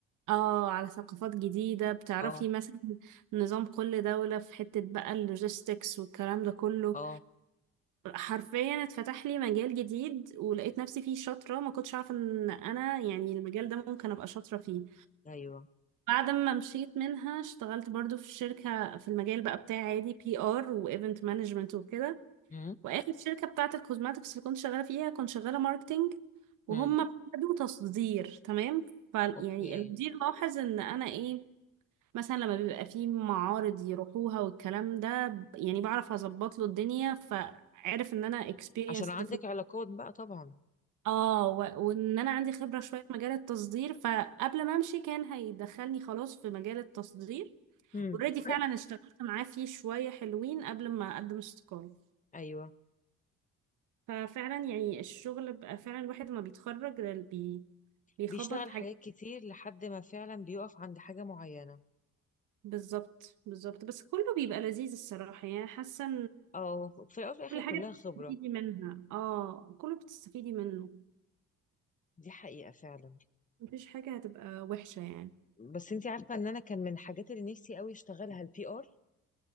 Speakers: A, on the right (about 85°); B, on the left (about 25°).
A: اه على ثقافات جديدة بتعرفي
B: اه
A: مثلا نظام كل دولة في حتة بقى اللوجيستكس والكلام ده كله
B: اه
A: حرفيا اتفتح لي مجال جديد ولقيت نفسي فيه شاطرة ما كنتش عارفة ان انا يعني المجال ده ممكن ابقى شاطرة فيه
B: ايوه
A: بعد ما مشيت منها اشتغلت برضو في شركة في المجال بقى بتاعي عادي بي ار وايفنت مانجمنت وكده
B: امم
A: واخر شركة بتاعة الكوزماتكس اللي كنت شغالة فيها كنت شغالة ماركتينج وهم
B: امم
A: ابتدوا تصدير تمام ف يعني
B: اوكي
A: المدير لاحظ ان انا ايه مثلا لما بيبقى فيه معارض يروحوها والكلام ده ب- يعني بعرف اظبط له الدنيا فعرف ان انا experienced
B: عشان عندك
A: في
B: علاقات بقى طبعا
A: اه و- وان انا عندي خبرة شوية في مجال التصدير فقبل ما امشي كان هيدخلني خلاص في مجال التصدير
B: امم
A: اوريدي
B: اوريدي
A: فعلا اشتغلت معاه فيه شوية حلوين قبل ما اقدم استقالة
B: ايوه
A: ففعلا يعني الشغل بقى فعلا الواحد ما بيتخرج ده بي بيخبط
B: بيشتغل
A: في حاجات
B: حاجات كتير لحد ما فعلا بيقف عند حاجه معينه
A: بالظبط بالظبط بس كله بيبقى لذيذ الصراحة يعني حاسة
B: او في الاول وفي الاخر
A: كل
B: كلها
A: حاجة
B: خبره
A: بتستفيدي منها اه كله بتستفيدي منه
B: دي حقيقه فعلا
A: مفيش حاجة هتبقى وحشة يعني
B: بس انت عارفه ان انا كان من الحاجات اللي نفسي قوي اشتغلها البي ار